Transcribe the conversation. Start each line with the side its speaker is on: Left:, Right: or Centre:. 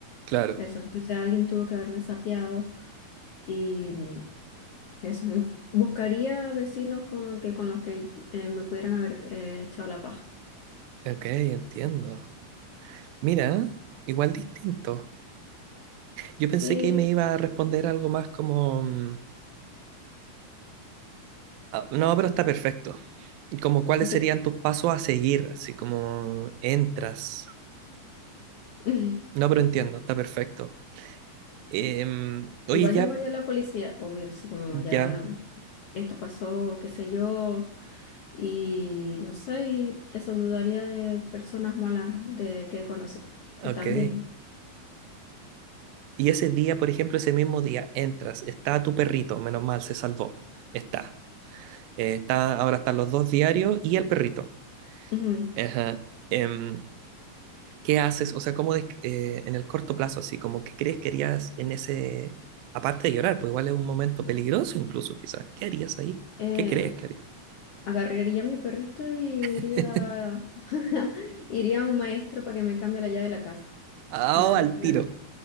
Right: Claro,
Left: Eso, entonces alguien tuvo que haberme sapeado y mm, eso, en- buscaría vecinos como que con los que eh, me pudieran haber eh, echado la paja.
Right: ok, entiendo. Mira, igual distinto. Yo
Left: Sí,
Right: pensé que me iba a responder algo más como, mm, ah, no, pero está perfecto. Como cuáles
Left: así.
Right: serían tus pasos a seguir, así como entras.
Left: <laughs>
Right: No, pero entiendo, está perfecto. Em, oye,
Left: Igual
Right: ya,
Left: llamaría a la policía, obvio, así como ya
Right: ya,
Left: esto pasó, qué sé yo. Y no sé, y eso dudaría de personas malas de que he conocido, que
Right: ok.
Left: también.
Right: Y ese día, por ejemplo, ese mismo día, entras, está tu perrito, menos mal, se salvó, está. Eh, está ahora están los dos diarios y el perrito.
Left: Ujú.
Right: Ajá. Em, ¿qué haces? O sea, ¿cómo des- eh, en el corto plazo, así como que crees que harías en ese, aparte de llorar, pues igual es un momento peligroso incluso, quizás. ¿Qué harías ahí?
Left: Eh,
Right: ¿Qué crees que harías?
Left: agarraría a mi perrito y
Right: <laughs>
Left: iría, <laughs> iría a un maestro para que me cambie la llave de la casa,
Right: Ah,
Left: la-
Right: al
Left: la-
Right: tiro.